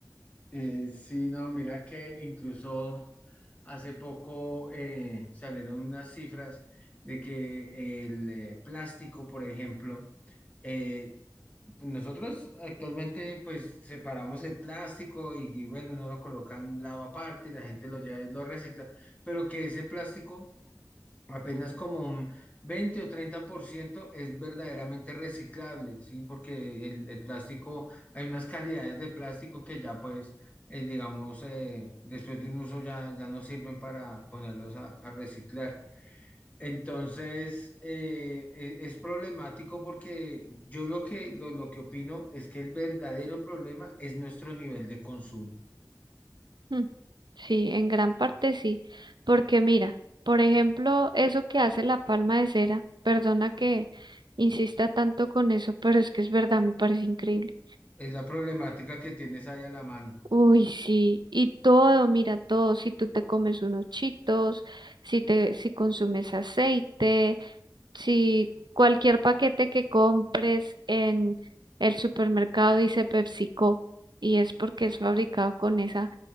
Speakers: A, on the left; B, on the right.
A: Eh, sí, no, mira que incluso hace poco eh, salieron unas cifras de que el eh, plástico, por ejemplo, eh, nosotros actualmente pues separamos el plástico y, y, bueno, uno lo coloca en un lado aparte y la gente lo lleva y lo recicla, pero que ese plástico apenas como un 20 o 30% es verdaderamente reciclable, ¿sí? Porque el, el plástico, hay unas calidades de plástico que ya pues, eh, digamos, eh, después de un uso ya, ya no sirven para ponerlos a, a reciclar. Entonces, eh, e- es problemático porque yo lo que, lo, lo que opino es que el verdadero problema es nuestro nivel de consumo.
B: Mm, Sí, en gran parte sí, porque mira, por ejemplo, eso que hace la palma de cera, perdona que insista tanto con eso, pero es que es verdad, me parece increíble.
A: Es la problemática que tienes ahí a la mano.
B: Uy, sí, y todo, mira todo, si tú te comes unos chitos, si te, si consumes aceite, si cualquier paquete que compres en el supermercado dice PepsiCo y es porque es fabricado con esa